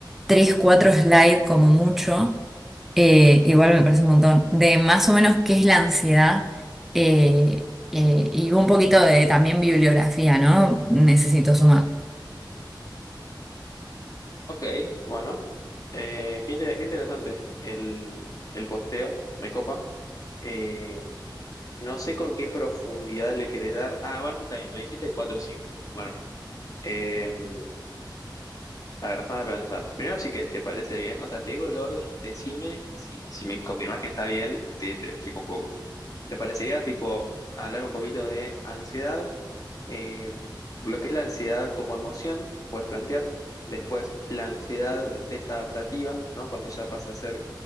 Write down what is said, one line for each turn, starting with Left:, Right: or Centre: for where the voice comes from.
Centre: tres, cuatro slides como mucho, eh, igual me parece un montón, de más o menos qué es la ansiedad eh, eh, y un poquito de también bibliografía, ¿no? Necesito sumar.
Left: Ok, bueno, eh, qué, inter- qué interesante el, el posteo, me copa. Eh, no sé con qué profundidad le querés dar. Ah, bueno, está bien, me dijiste 4 o 5. Bueno, eh, a ver, déjame pensar. Primero sí que te parece bien, o sea, te digo el orden, decime y si, si me confirmás que está bien, te, te explico un poco. ¿Te parecería tipo hablar un poquito de ansiedad? eh, lo que es la ansiedad como emoción, puedes plantear. Después, la ansiedad desadaptativa, ¿no? Cuando ya pasa a ser